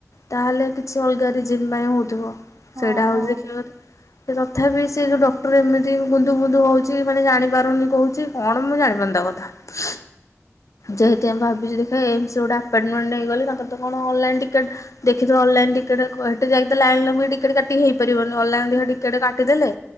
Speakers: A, on the left; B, on the right.
A: ତାହେଲେ କିଛି ଅଲଗା ରିଜିନ୍ ପାଇଁ ହଉଥିବ
B: ହଁ
A: ସେଇଟା ହଉ
B: ହଁ
A: ଦେଖିବା କଥା। ସେ ତଥାପି ସେ ଡକ୍ଟର ଏମିତି ବୁଧୁ ବୁନ୍ଦୁ ହଉଛି ମାନେ ଜାଣି ପାରୁନି କହୁଛି କଣ ମୁଁ ଜାଣିପାରୁନି। ସତ କଥା।
B: ହ
A: ଯେ ହେତୁ ଆମେ ଭାବୁଛୁ ଦେଖ ଏମ୍ ସ ଗୋଟେ ଆପଟ୍ ମେଣ୍ଟ ନେଇଗଲେ ତାଙ୍କର ତ କଣ ଅନଲାଇ ଟିକେଟ। ଦେଖିି ଦେବା ଅନଲାଇନି ଟିକେଟ ହେଠି ଯାଇକ ତ ଲାଇନି ଲମ୍ବି ଟିକେଟ କାଟି ହେଇ କରିବନି ଅନଲାଇନ୍
B: ହୁଁ
A: ଦେଖିବା ଟିକେଟ କାଟିଦଲେ